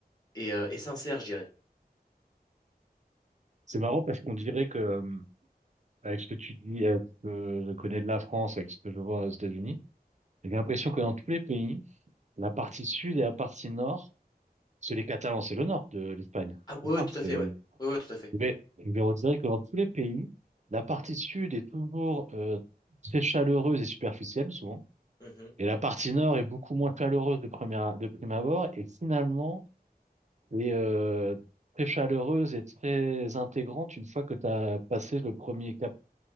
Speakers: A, on the left (about 25°); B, on the right (about 45°).
A: et, euh, et sincères, je dirais.
B: C'est marrant parce qu'on dirait que, euh, avec ce que tu dis, avec ce que je connais de la France, avec ce que je vois aux États-Unis, j'ai l'impression que dans tous les pays, la partie sud et la partie nord, c'est les Catalans, c'est le nord de l'Espagne.
A: Ah ouais,
B: C'est ça,
A: ouais, tout
B: c'est,
A: à fait, ouais. Ouais, ouais, tout à fait.
B: mais, mais on dirait que dans tous les pays, la partie sud est toujours, euh, très chaleureuse et superficielle, souvent.
A: Mhm.
B: Et la partie nord est beaucoup moins chaleureuse de première, de prime abord et finalement est euh, très chaleureuse et très intégrante une fois que tu as passé le premier cap.